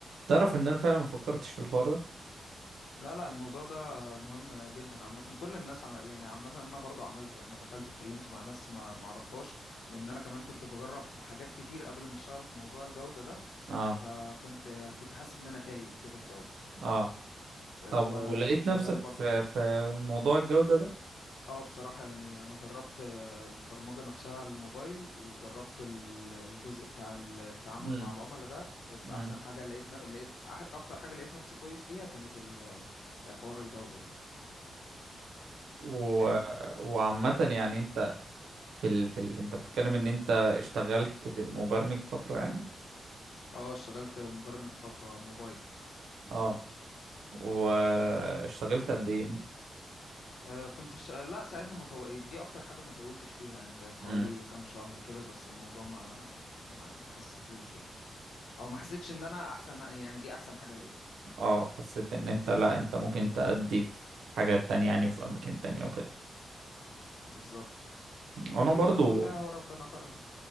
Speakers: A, on the right; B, on the left.
A: تعرف ان انا فعلا ما فكرتش في الحوار ده
B: لا لا الموضوع ده مهم جدا عامة كل الناس عم... يعني عامة انا برضو عملته يعني انا دخلت اتكلمت مع ناس ما معرفهاش لان انا كمان كنت بجرب حاجات كتير قبل ما اشتغل في موضوع الجودة ده
A: اه
B: فكنت كنت حاسس ان انا تايه كده شوية
A: اه
B: فاللي
A: طب ولقيت
B: هو انا كنت شغال
A: نفسك
B: برضو
A: في
B: م-
A: في موضوع الجودة ده
B: اه بصراحة يعني انا جربت آه، البرمجة نفسها على الموبايل وجربت ال- الجزء بتاع التعامل
A: امم
B: مع العملاء ده بس
A: امم
B: احسن حاجة لقيت ن- لقيت أح- اكتر حاجة لقيت نفسي كويس فيها كانت ال- آه، حوار الجودة ده
A: و...
B: فاهمني
A: وعامة يعني انت في ال... في ال... انت بتتكلم ان انت اشتغلت ك- مبرمج فترة يعني
B: اه اشتغلت مبرمج فترة موبايل
A: اه واشتغلت قد ايه
B: آه كنت ش... لا ساعتها ما طو... دي اكتر حاجة ما طولتش فيها يعني كانت حوالي
A: امم
B: كام شهر كده بس الموضوع ما ما ما حسيتوش يعني او ما حسيتش ان انا احسن يعني دي احسن حاجة ليا
A: اه حسيت ان انت
B: بس
A: لا انت ممكن تأدي في حاجات تانية يعني في اماكن تانية وكده
B: بالظبط
A: انا
B: والحمد
A: برضو
B: لله اهو ربنا كرم